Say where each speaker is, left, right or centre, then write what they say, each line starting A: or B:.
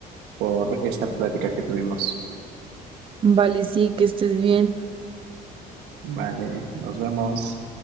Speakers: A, on the right; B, on the right.
A: por esta plática que tuvimos.
B: Vale, sí, que estés bien.
A: Vale, nos vemos.